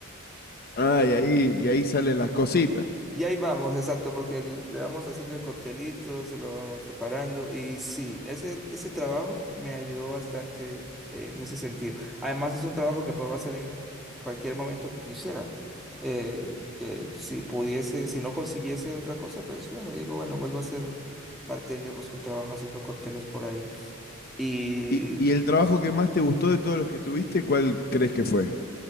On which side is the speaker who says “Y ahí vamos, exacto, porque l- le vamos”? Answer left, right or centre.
Centre